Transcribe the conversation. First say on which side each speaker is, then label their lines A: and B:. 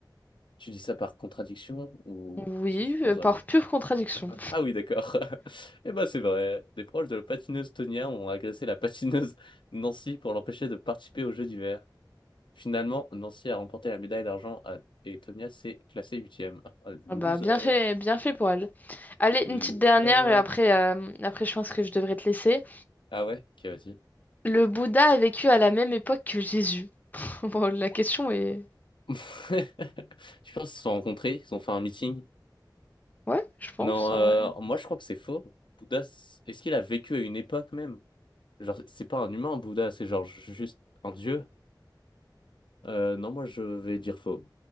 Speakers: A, on the left; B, on the left.
A: Tu dis ça par contradiction ou
B: Oui,
A: est-ce que tu le penses
B: euh, par
A: vraiment?
B: pure contradiction.
A: Ah oui, d'accord. <laughs> Eh ben, c'est vrai. Des proches de la patineuse Tonia ont agressé la patineuse <laughs> Nancy pour l'empêcher de participer aux Jeux d'hiver. Finalement, Nancy a remporté la médaille d'argent à- et Tonia s'est classée huitième. Ah, Loser.
B: Ah Bah, bien fait, bien fait pour elle. Allez,
A: Loser.
B: une petite dernière et après, euh, après, je pense que je devrais te laisser.
A: Ah ouais? Ok, vas-y.
B: Le Bouddha a vécu à la même époque que Jésus. <laughs> Bon, la question est...
A: <laughs> Je pense qu'ils se sont rencontrés, ils ont fait un meeting.
B: Ouais, je pense.
A: Non,
B: hein.
A: euh, moi je crois que c'est faux. Bouddha, c- est-ce qu'il a vécu à une époque même? Genre, c'est pas un humain, Bouddha, c'est genre ju- juste un dieu. Euh, non, moi je vais dire faux.